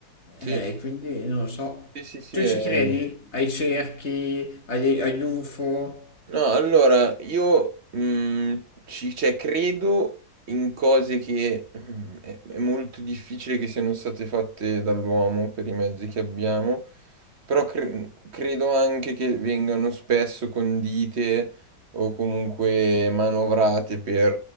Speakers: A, on the right (about 40°); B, on the left (about 40°).
A: Sì,
B: Eh, E quindi non lo so.
A: sì, sì, sì,
B: Tu
A: è...
B: ci credi ai cerchi, agli, agli UFO?
A: No, allora, io mm, ci, cioè, credo in cose che mm, è, è molto difficile che siano state fatte dall'uomo per i mezzi che abbiamo, però cre- credo anche che vengano spesso condite o comunque manovrate per,